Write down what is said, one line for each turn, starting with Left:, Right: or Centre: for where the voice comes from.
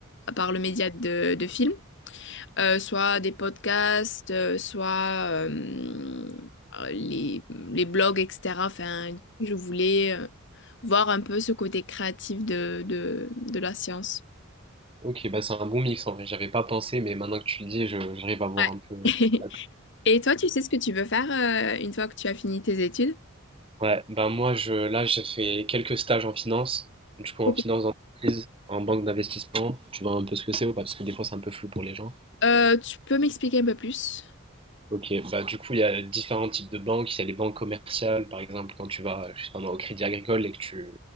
Left: par le média de, de films, euh, soit des podcasts, euh, soit euh, euh, les, les blogs, etc. Enfin, si je voulais euh, voir un peu ce côté créatif de, de, de la science.
Right: Ok, bah c'est un bon mix en vrai. J'avais pas pensé, mais maintenant que tu le dis, je- j'arrive à voir
Left: Ouais.
Right: un peu
Left: <laughs>
Right: la
Left: Et toi, tu sais ce que tu veux faire euh, une fois que tu as fini tes études?
Right: Ouais, bah moi je là j'ai fait quelques stages en finance, du coup
Left: Ok.
Right: en finance d'entreprise, en banque d'investissement, tu vois un peu ce que c'est ou pas, parce que des fois c'est un peu flou pour les gens.
Left: Euh, tu peux m'expliquer un peu plus?
Right: Ok, bah du coup, il y a différents types de banques. Il y a les banques commerciales, par exemple, quand tu vas, je sais pas moi, au Crédit Agricole et que tu,